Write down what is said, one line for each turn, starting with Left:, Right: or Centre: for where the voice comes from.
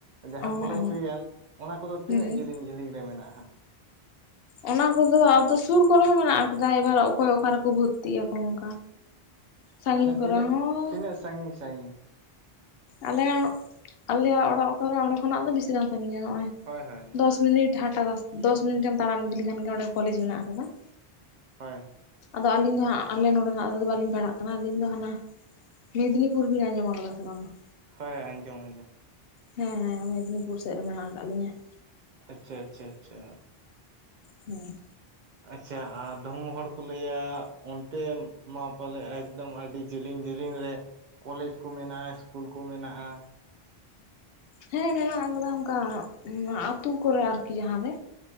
Right: ᱡᱟᱦᱟᱸ
Left: ᱚ
Right: ᱠᱚᱞᱮᱡᱽ
Left: ᱚ
Right: ᱦᱩᱭᱮᱱ ᱚᱱᱟ ᱠᱚᱫᱚ ᱛᱤᱱᱟᱹᱜ
Left: ᱦᱩᱸ
Right: ᱡᱮᱞᱤᱧ ᱡᱤᱞᱤᱧ ᱨᱮ ᱢᱮᱱᱟᱜᱼᱟ ᱾
Left: ᱚᱱᱟ ᱠᱚᱫᱚ ᱟᱫᱚ ᱥᱩᱨ ᱠᱚᱨᱮ ᱦᱚᱸ ᱢᱮᱱᱟᱜ ᱟᱠᱟᱫᱟ ᱮᱵᱟᱨ ᱚᱠᱚᱭ ᱚᱠᱟ ᱨᱮᱠᱚ ᱵᱷᱩᱨᱛᱤᱜ ᱟᱠᱚ ᱚᱱᱠᱟ᱾ ᱥᱟᱺᱜᱤᱧ
Right: ᱢᱟᱱᱮ
Left: ᱠᱚᱨᱮ
Right: ᱛᱤᱱᱟᱹᱜ
Left: ᱦᱚᱸ
Right: ᱛᱤᱱᱟᱹᱜ ᱥᱟᱺᱜᱤᱧ ᱥᱟᱺᱜᱤᱧ
Left: ᱟᱞᱮᱞᱮᱜ ᱟᱞᱮᱭᱟᱜ ᱚᱲᱟᱜ ᱚᱠᱟᱨ ᱨᱮ ᱚᱸᱰᱮ ᱠᱷᱚᱱᱟᱜ ᱫᱚ ᱵᱤᱥᱤ ᱜᱟᱝ ᱥᱟᱺᱜᱤᱧᱟ ᱱᱚᱜᱼᱚᱭ
Right: ᱦᱳᱭ ᱦᱳᱭ
Left: ᱫᱚᱥ ᱢᱤᱱᱤᱴ᱾ ᱡᱟᱦᱟᱸᱴᱟᱜ ᱫᱚᱥ ᱢᱤᱱᱤᱴ ᱮᱢ ᱛᱟᱲᱟᱢ ᱤᱫᱤ ᱞᱮᱠᱷᱟᱱ ᱜᱮ ᱚᱸᱰᱮ ᱠᱚᱞᱮᱡᱽ ᱢᱮᱱᱟᱜ ᱟᱠᱟᱫᱟ ᱾
Right: ᱦᱳᱭ᱾
Left: ᱟᱫᱚ ᱟᱹᱞᱤᱧ ᱫᱚ ᱦᱟᱸᱜ ᱟᱞᱮ ᱱᱚᱰᱮᱱᱟᱜ ᱫᱚ ᱦᱟᱜ ᱵᱟᱹᱞᱤᱧ ᱯᱟᱲᱦᱟᱜ ᱠᱟᱱᱟ ᱟᱹᱞᱤᱧ ᱫᱚ ᱦᱟᱱᱟ ᱢᱮᱫᱽᱱᱤᱯᱩᱨ ᱵᱤᱱ ᱟᱧᱡᱚᱢ ᱟᱠᱟᱫᱟ ᱥᱮ ᱵᱟᱝᱟ?
Right: ᱦᱳᱭ ᱟᱧᱡᱚᱢ ᱟᱧᱡᱚᱢ᱾
Left: ᱦᱮᱸ ᱦᱮᱸ ᱢᱮᱫᱽᱱᱤᱯᱩᱨ ᱥᱮᱫ ᱨᱮ ᱢᱮᱱᱟᱜ ᱠᱟᱜ ᱞᱤᱧᱟᱹ ᱾
Right: ᱟᱪᱪᱷᱟ ᱟᱪᱪᱷᱟ ᱟᱪᱪᱷᱟ᱾
Left: ᱦᱩᱸ ᱾
Right: ᱟᱪᱪᱷᱟ ᱟᱨ ᱫᱚᱢᱚ ᱦᱚᱲ ᱠᱚ ᱞᱟᱹᱭᱟ ᱚᱱᱛᱮ ᱢᱟ ᱯᱟᱞᱮ ᱮᱠᱫᱚᱢ ᱟᱹᱰᱤ ᱡᱤᱞᱤᱧ ᱡᱤᱞᱤᱧ ᱨᱮ ᱠᱚᱞᱮᱡᱽ ᱠᱚ ᱢᱮᱱᱟᱜᱼᱟ ᱤᱥᱠᱩᱞ ᱠᱚ ᱢᱮᱱᱟᱜᱼᱟ ᱾
Left: ᱦᱮᱸ ᱢᱮᱱᱟᱜ ᱠᱟᱫᱟ ᱚᱱᱠᱟ ᱟᱛᱩ ᱠᱚᱨᱮ ᱟᱨ ᱡᱟᱦᱟᱸ ᱨᱮᱼᱼ